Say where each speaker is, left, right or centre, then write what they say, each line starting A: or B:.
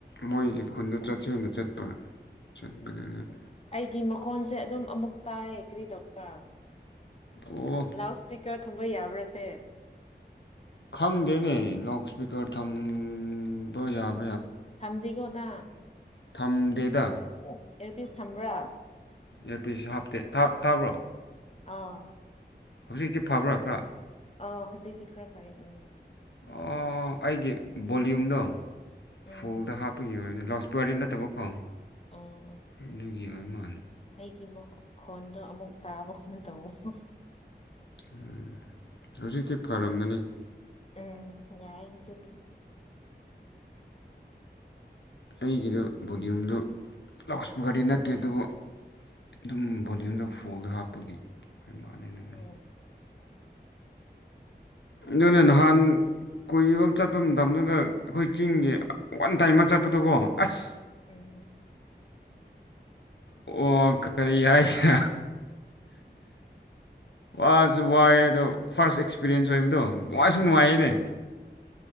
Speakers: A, on the left; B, on the left.
A: ꯃꯣꯏꯒꯤ ꯈꯨꯟꯗ ꯆꯠꯁꯦꯅ ꯆꯠꯄ ꯆꯠꯕꯗ
B: ꯎꯝ
A: <unintelligible>
B: ꯑꯩꯒꯤ ꯃꯈꯣꯟꯁꯦ ꯑꯗꯨꯝ ꯑꯃꯨꯛ ꯇꯥꯏ ꯀꯔꯤ ꯇꯧꯕ
A: ꯑꯣ
B: ꯂꯥꯎꯠ ꯏꯁꯄꯤꯀꯔ ꯊꯝꯕ ꯌꯥꯕ꯭ꯔꯁꯦ
A: ꯈꯪꯗꯦꯅꯦ ꯂꯥꯎꯠ ꯏꯁꯄꯤꯀꯔ ꯊꯝꯕ ꯌꯥꯕ
B: ꯊꯝꯗꯤꯒꯣꯅ
A: ꯊꯝꯗꯦꯗ
B: ꯑꯦꯌꯔ ꯄꯤꯁ ꯁꯝꯕ꯭ꯔꯥ
A: ꯑꯦꯄꯤꯁ ꯍꯥꯞꯇꯦ ꯇꯥꯕ꯭ꯔꯣ
B: ꯑꯥ
A: ꯍꯧꯖꯤꯛꯇꯤ ꯐꯕ꯭ꯔꯥ ꯈꯔ
B: ꯑ ꯍꯧꯖꯤꯛꯗꯤ ꯈꯔ ꯐꯥꯏ ꯎꯝ
A: ꯑꯣ ꯑꯩꯒꯤ ꯕꯣꯂꯌꯨꯝꯗꯣ
B: ꯎꯝ
A: ꯐꯨꯜꯗ ꯍꯥꯞꯄꯒꯤ ꯑꯣꯏꯅꯅꯤ ꯂꯥꯎꯁ ꯄꯨꯋꯥꯔꯤ ꯅꯠꯇꯕꯀꯣ
B: ꯑꯣ ꯑꯣ
A: ꯑꯗꯨꯒꯤ ꯑꯣꯏ ꯃꯥꯜꯂ
B: ꯑꯩꯒꯤ ꯈꯣꯟꯗꯣ ꯑꯃꯨꯛ ꯇꯥꯕ ꯈꯅ ꯇꯧꯕꯁꯨ
A: ꯎꯝ ꯍꯧꯖꯤꯛꯇꯤ ꯐꯔꯝꯒꯅꯤ
B: ꯎꯝ ꯌꯥꯏꯖ
A: ꯑꯩꯒꯤꯗꯨ ꯕꯣꯂꯌꯨꯝꯗꯣ ꯂꯥꯎꯠ ꯏꯁꯄꯤꯀꯔꯗꯤ ꯅꯠꯇꯦ ꯑꯗꯨꯕꯨ ꯑꯗꯨꯝ ꯕꯣꯗꯤꯌꯝꯗ ꯐꯣꯜꯗ ꯍꯥꯞꯄꯒꯤ ꯍꯣꯏ ꯃꯥꯜꯂꯦꯅ ꯉ
B: ꯎꯝ
A: ꯅ ꯅꯍꯥꯟ ꯀꯨꯏꯕ ꯆꯠꯄ ꯃꯇꯝꯗꯨꯗ ꯑꯩꯈꯣꯏ ꯆꯤꯡꯒꯤ ꯋꯥꯟ ꯇꯥꯏꯝ ꯑꯃ ꯆꯠꯄꯗꯣꯀꯣ ꯑꯁ
B: ꯎꯝ ꯎꯝ
A: ꯑꯣ ꯀꯔꯤ ꯍꯥꯏꯁ ꯋꯥꯁꯨ ꯋꯥꯏꯑ ꯑꯗꯣ ꯐꯥꯔꯁ ꯑꯦꯛꯁꯄꯤꯔꯤꯌꯦꯟꯁ ꯑꯣꯏꯕꯗꯣ ꯅꯨꯡꯉꯥꯏꯁꯨ ꯅꯨꯡꯉꯥꯏꯌꯦꯅꯦ